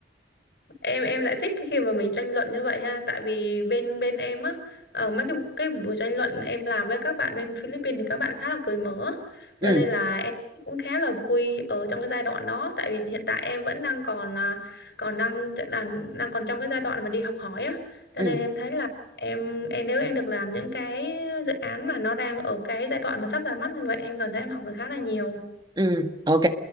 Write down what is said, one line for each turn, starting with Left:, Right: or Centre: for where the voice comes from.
Left: em em lại thích cái khi mà mình tranh luận như vậy ha tại vì bên bên em á ở mấy cái cái buổi tranh luận em làm với các bạn bên Philippines thì các bạn khá là cởi mở cho
Right: ừ
Left: nên là em cũng khá là vui ở trong cái giai đoạn đó tại vì hiện tại em vẫn đang còn à, còn đang đang đang còn trong cái giai đoạn mà đi học hỏi á cho
Right: ừ
Left: nên em thấy là em em nếu em được làm những cái dự án mà nó đang ở cái giai đoạn mà sắp ra mắt như vậy em cảm thấy em học được khá là nhiều
Right: ừ ok